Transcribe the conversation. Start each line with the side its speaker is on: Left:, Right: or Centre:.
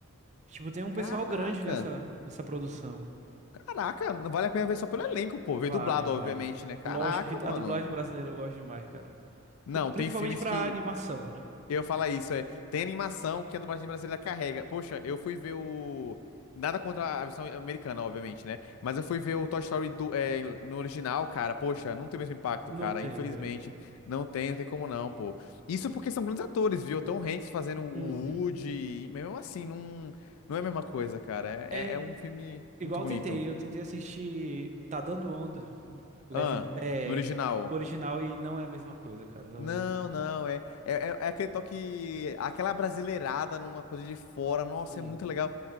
Right: Tipo, tem um pessoal
Left: Caraca.
Right: grande nessa, nessa produção.
Left: Caraca, não vale a pena ver só pelo elenco, pô.
Right: Vale,
Left: Veio dublado,
Right: vale.
Left: obviamente, né? Caraca,
Right: Lógico que
Left: mano.
Right: a dublagem brasileira eu gosto demais, cara.
Left: Não,
Right: Pri- principalmente
Left: tem filmes
Right: pra
Left: que.
Right: animação, né?
Left: Eu falo isso, é. Tem animação que a dublagem brasileira carrega. Poxa, eu fui ver o. Nada contra a versão americana, obviamente, né? Mas eu fui ver o Toy Story do, é, no original, cara. Poxa, não tem o mesmo impacto,
Right: Não
Left: cara.
Right: tem,
Left: Infelizmente.
Right: velho, não tem.
Left: Não tem, não tem como não, pô. Isso porque são grandes atores, viu? Tom Hanks fazendo o
Right: Uhum.
Left: Woody. Mas mesmo assim, não, não é a mesma coisa, cara. é
Right: É i-
Left: é- é um filme
Right: igual
Left: muito bonito.
Right: eu tentei, eu tentei assistir Tá Dando Onda, legend,
Left: Ah,
Right: é,
Left: no original.
Right: do original e não é a mesma coisa, cara, não
Left: Não,
Right: é a mesma coisa.
Left: não, é, é, é é aquele toque, aquela brasileirada numa coisa de fora. Nossa,
Right: Sim,
Left: é muito legal.